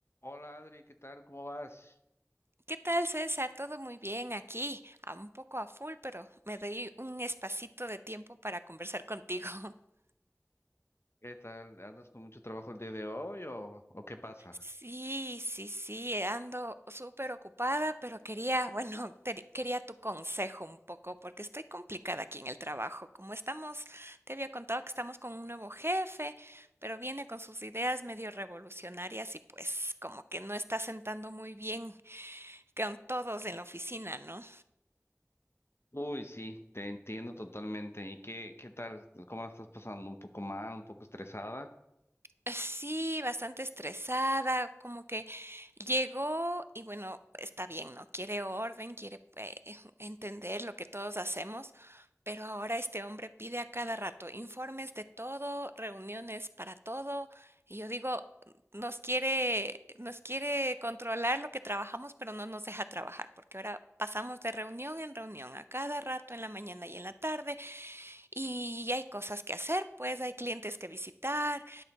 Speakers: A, on the left; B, on the right.
A: Hola Adri, ¿qué tal? ¿Cómo vas?
B: ¿Qué tal, César? Todo muy bien aquí, a un poco a full, pero me doy un espacito de tiempo para conversar contigo. <laughs>
A: ¿Qué tal? ¿Andas con mucho trabajo el día de hoy o, o qué pasa?
B: Sí, sí, sí, ando súper ocupada, pero quería, bueno, te- quería tu consejo un poco, porque estoy complicada aquí en el trabajo. Como estamos, te había contado que estamos con un nuevo jefe, pero viene con sus ideas medio revolucionarias y pues como que no está sentando muy bien con todos en la oficina, ¿no?
A: Uy, sí, te entiendo totalmente. ¿Y qué, qué tal? ¿Cómo la estás pasando? ¿Un poco mal? ¿Un poco estresada?
B: Sí, bastante estresada, como que llegó y bueno, está bien, ¿no? Quiere orden, quiere eh, entender lo que todos hacemos, pero ahora este hombre pide a cada rato informes de todo, reuniones para todo, y yo digo, nos quiere, nos quiere controlar lo que trabajamos, pero no nos deja trabajar, porque ahora pasamos de reunión en reunión a cada rato en la mañana y en la tarde, y hay cosas que hacer, pues hay clientes que visitar.